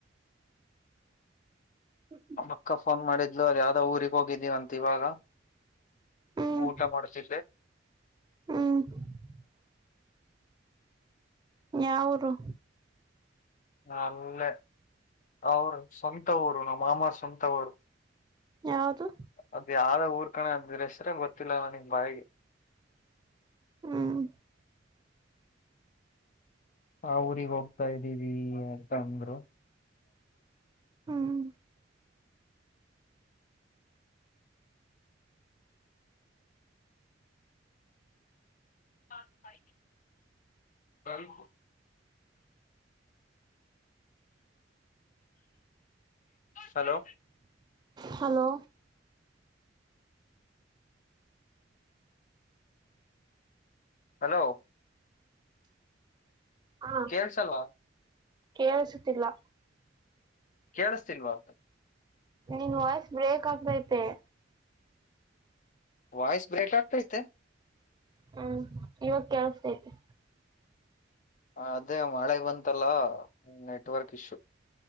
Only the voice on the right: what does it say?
ಹ
ಹ್ಮ್
ಹ್ಮ್ ಯಾವೂರೂ
ಯಾವುದು.
ಹ್ಮ್.
ಹ್ಮ್.
ಹಲೋ.
ಹಾ
ಕೇಳಸುತ್ತಿಲ್ಲ.
ನಿನ್ ವಾಯ್ಸ್ ಬ್ರೇಕ್ ಆಗ್ತತೆ.
ಹ್ಮ್ ಇವಾಗ ಕೇಳಸ್ತತಿ.